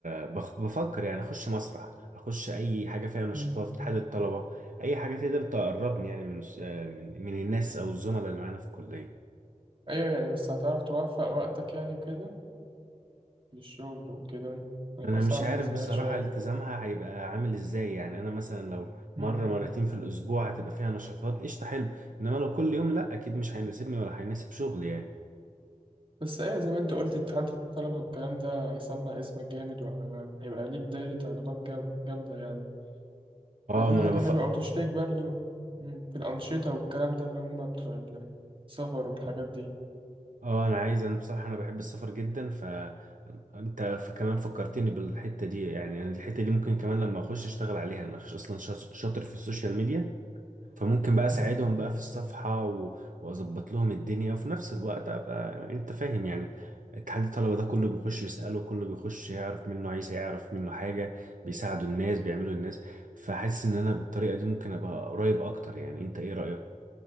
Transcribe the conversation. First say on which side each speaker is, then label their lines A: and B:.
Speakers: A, on the right (about 75°); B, on the right (about 40°).
A: بخ... بفكر يعني اخش مسرح اخش اي حاجه فيها نشاطات
B: مم.
A: اتحاد الطلبه اي حاجه تقدر تقربني يعني من من من الناس او الزملاء اللي معانا في الكليه
B: أيوه يعني بس هتعرف توفق وقتك يعني وكده للشغل وكده هيبقى
A: انا
B: صعب
A: مش عارف
B: بالنسبة
A: بصراحه
B: لك شوية
A: التزامها هيبقى عامل ازاي يعني انا مثلا لو
B: مم.
A: مره مرتين في الاسبوع هتبقى فيها نشاطات قشطه حلو انما لو كل يوم لا اكيد مش هيناسبني ولا هيناسب شغلي يعني
B: بس ايوه زي ما انت قلت اتحاد الطلبه والكلام ده هيسمع اسمك جامد وهيبقى ليك دايره علاقات جام- جامده يعني
A: اه
B: فدي
A: ما انا
B: حاجه
A: بفكر
B: حلوه او تشترك برضو مم، في الانشطه والكلام ده اللي هم بتوع السفر والحاجات دي
A: اه انا عايز انا بصراحه انا بحب السفر جدا فانت فكمان فكرتني بالحته دي يعني انا الحته دي ممكن كمان لما اخش اشتغل عليها انا ش- اصلا شاط- شاطر في السوشيال ميديا فممكن بقى اساعدهم
B: مم.
A: بقى في الصفحه و... واظبط لهم الدنيا وفي نفس الوقت ابقى انت فاهم يعني اتحاد الطلبه ده كله بيخش يساله كله بيخش يعرف منه عايز يعرف منه حاجه بيساعدوا الناس بيعملوا الناس فحاسس ان انا بالطريقه دي ممكن ابقى قريب اكتر يعني انت ايه رايك